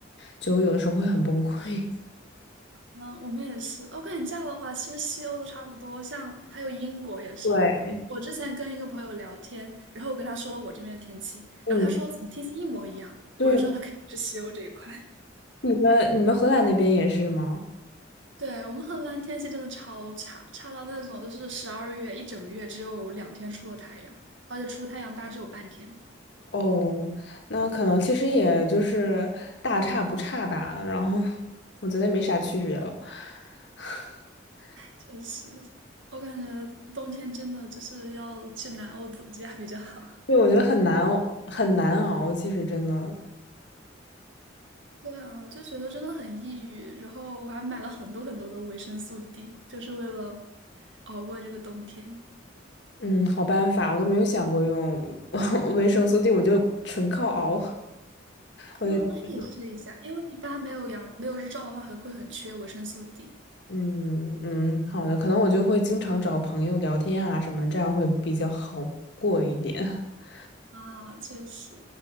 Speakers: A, on the left; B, on the right.
A: 就有的时候会很崩溃。
B: 嗯，我们也是。我感觉这样的话，其实西欧都差不多，像还有英国也是。
A: <laughs> 对，
B: 我之前跟一个朋友聊天，然后我跟他说了我这边的天气，
A: 嗯，
B: 然后他说怎么天气一模一样，
A: 对，
B: 我就知道他肯定是西欧这一块。<laughs>
A: 你们你们荷兰那边也是吗？
B: 对，我们荷兰天气真的超差，差到那种就是十二月一整个月只有两天出了太阳，而且出太阳大概只有半天。
A: 哦，那可能其实也就是大差不差吧，然后我觉得也没啥区别了。<laughs>
B: 确实，我感觉冬天真的就是要去南欧度假比较好。
A: 对，我觉得很难熬，很难熬，其实真的，
B: 对啊，就觉得真的很抑郁。然后我还买了很多很多的维生素 D，就是为了熬过这个冬天。
A: 嗯，好办法，我都没有想过用 <laughs> 维生素 D，我就纯靠熬。我觉得，
B: 嗯，那可以试一下，因为一般没有阳没有日照的话，很会很缺维生素 D。
A: 嗯嗯，好的，可能我就会经常找朋友聊天啊什么，这样会比较好过一点。<laughs>
B: 啊，确实。